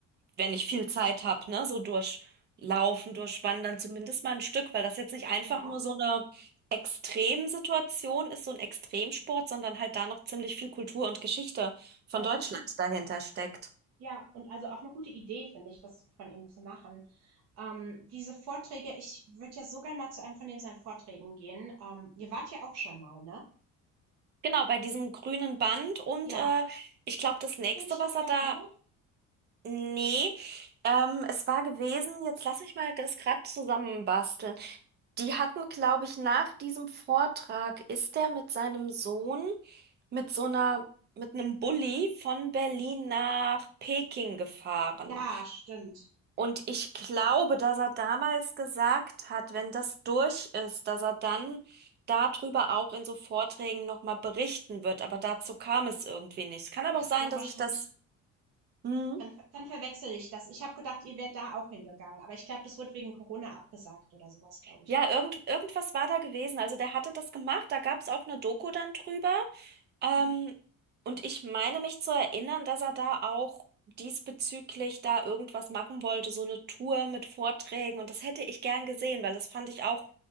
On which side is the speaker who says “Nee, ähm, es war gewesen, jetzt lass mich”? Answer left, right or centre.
Right